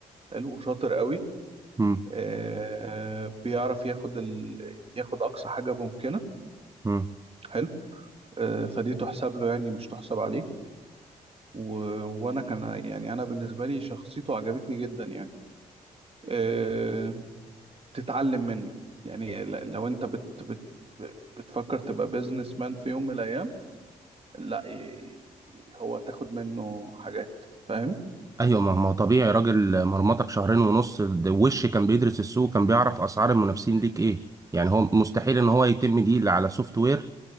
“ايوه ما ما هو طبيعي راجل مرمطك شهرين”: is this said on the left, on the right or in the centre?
Right